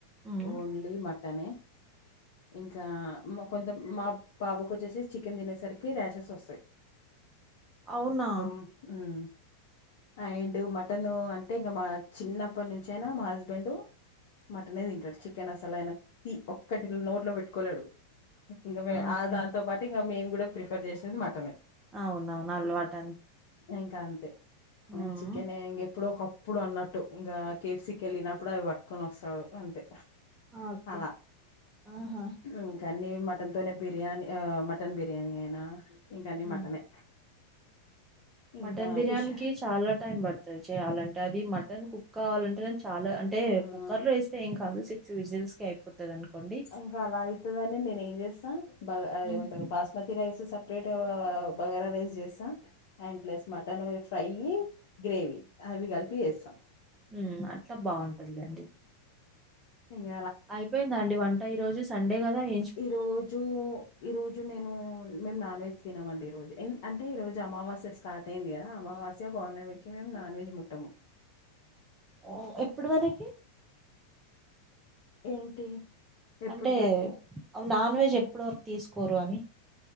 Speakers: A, on the right (about 15°); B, on the left (about 50°).
A: ఉమ్
B: ఓన్లీ మట్ టనే ఇంకా కొంత మా బాబుకు వచ్చేసి చికెన్ తినేసరికి రషెస్ వస్తాయి
A: అవునా
B: ఉమ్మ్ అండ్ మటన్ అంటే ఇంకా మా చిన్నప్పటి నుంచయినా మా హస్బెండ్ మటనే తింటాడు చికెన్ అస్సలు ఆయన ఒక్కటి నోట్లో పెట్టుకోలేడు ఇంకా మే
A: ఓకే
B: ఆ దాంతో పాటు ఇంక మేము కూడా ప్రిఫర్ చేసేది మటనే
A: అవునవును అల్వాటు
B: ఇంక అంతే
A: ఉమ్
B: చికెన్ ఇంగ ఎప్పుడోకప్పు పుడు అన్నట్టు ఇంకా కేఎఫ్సి కి వేళ్ళినప్పుడు అవి పట్టుకొని వస్తాడు అంతే
A: ఓకే
B: అలా
A: ఆహా
B: ఇంక అన్నీ మ మటన్ తొనే బిర్యానీ మటన్ బిర్యానీ అయినా ఇంక అన్ని
A: ఉమ్.
B: మటనే ఇంకా
A: మటన్ బిర్యానీకి
B: ఫిష్
A: చాలా టైం పడుత ది చేయాలంటే అది మటన్ కుక్ కావాలంటేనే చాలా అంటే
B: ఆ
A: కుక్కర్ లో వేస్తే ఏంకా కాదు సిక్స్ విజిల్స్ కి అయిపోతది అనుకోండి
B: ఇంక అలా అయితదని నేనేం చేస్తా బగా అదేమంటారు
A: ఉమ్
B: బాస్ మతి రైస్ సపరైట్ బగారా రైస్ చేస్తా and plus mutton fry gravy అవి కలిపి చేస్తా
A: ఉమ్మ్ అట్ల బాగుంటుంది అండి
B: ఇంగ
A: అయిపోయిందా అండి వంట ఈ రోజు సండే కదా ఏ
B: ఈ రోజు ఈ రోజు నేను మేం నాన్ వెజ్ తినం అండి ఈ రోజు అంటే ఈ రోజు అమావాస్య స్టార్ట్ అయింది కదా అమావాస్య పౌర్ణమికి మేము నాన్ వెజ్ ముట్టము
A: ఓ ఎప్పుడి వరకి
B: ఏంటి ఎప్పటి
A: అంటే
B: వరకి
A: నాన్ వెజ్ ఎప్పుడువరకు తీసుకోరు అని